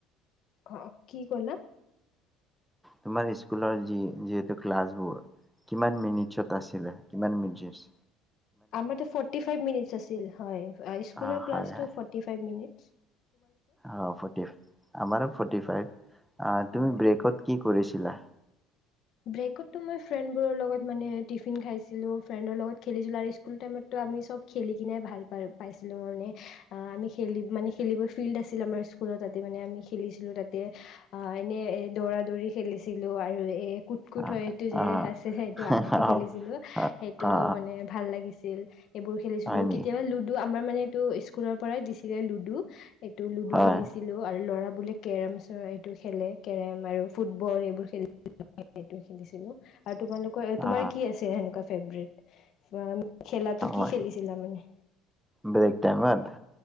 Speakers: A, on the left (about 60°); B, in the centre.
A: অ', কি ক'লা?
B: তোমাৰ স্কুলৰ যি যিহেতু ক্লাছবোৰ কিমান মিনিটছত আছিলে? কিমান মিৰ্জীচ‌?
A: আমাৰ টো ফৰতিফাইভ মিনিটচ আছিল হয়
B: আহ
A: স্কুলৰ
B: হয়
A: ক্লাচটো
B: হয়
A: ফৰতিফাইভ মিনিট।
B: অ ফৰতিফাইভ আমাৰো ফৰ্টি ফাইভ। আ
A: হয়
B: তুমি ব্ৰেকত কি কৰিছিলা।
A: ব্ৰেকততো মই ফ্ৰেণ্ডবোৰৰ লগত মানে টিফিন খাইছিলো, ফ্ৰেণ্ডৰ লগত খেলিছিলোঁ আৰু স্কুল টাইমততো আমি চব খেলি কিনে ভাল প পাইছিলো মানে আহ আমি খেলি খেলিব ফিল্ড আছিল আমাৰ স্কুলত তাতে মানে আমি এনেই দৌৰা দৌৰি খেলিছিলোঁ আৰু এই কুট
B: আহ
A: কুট হয় সেইটো যে আছে সেইটো
B: আহ
A: আগতে খেলিছিলোঁ
B: অ
A: সেইটো
B: অ
A: মানে ভাল লাগিছিল। ছিল। এইবোৰ খেলিছিলো
B: হয় নেকি
A: কেতিয়াবা লুডু আমাৰ মানে এইটো স্কুলৰ পৰাই দিছিলে লুডু। এইটো লুডু
B: হয়
A: খেলিছিলো আৰু ল'ৰাবোৰে বোলে কেৰম চ এইটো খেলে কেৰম আৰু ফুটবল এইবোৰ খেলি সেইটো খেলিছিলো আৰু তোমালোকৰ
B: অ
A: তোমাৰ কি আছে সেনেকুৱা ফেভৰেট সিমান খেলাটো কি
B: অ
A: খেলিছিলা মানে?
B: ব্ৰেক টাইমত